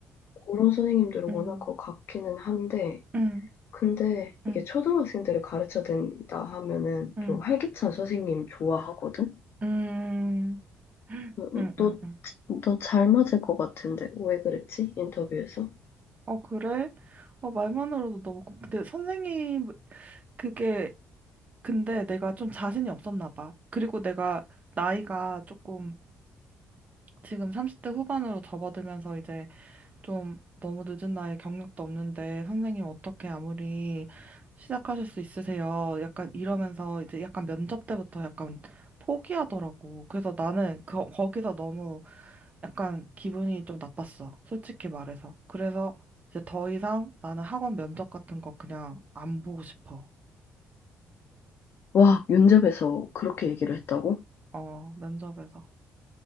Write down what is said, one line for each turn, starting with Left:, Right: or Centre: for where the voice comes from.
Left: 그런 선생님들을
Right: 음,
Left: 원할
Right: 음,
Left: 것 같기는 한데
Right: 음,
Left: 근데 이게
Right: 음,
Left: 초등학생들을 가르쳐야 된다 하면은
Right: 음,
Left: 좀 활기찬 선생님 좋아하거든?
Right: 음,
Left: 어, 어,
Right: 음,
Left: 너,
Right: 음.
Left: 너 잘 맞을 것 같은데 왜 그랬지? 인터뷰에서?
Right: 어, 그래? 어, 말만으로도 너무 고- 근데 선생님, 그게, 근데 내가 좀 자신이 없었나 봐. 그리고 내가 나이가 조금 지금 30대 후반으로 접어들면서 이제 좀 너무 늦은 나이에 경력도 없는데 선생님 어떻게 아무리 시작하실 수 있으세요? 약간 이러면서 이제 약간 면접 때부터 약간 포기하더라고. 그래서 나는 거, 거기서 너무 약간 기분이 좀 나빴어. 솔직히 말해서. 그래서 이제 더 이상 나는 학원 면접 같은 거 그냥 안 보고 싶어.
Left: 와, 면접에서 그렇게 얘기를 했다고?
Right: 어, 면접에서.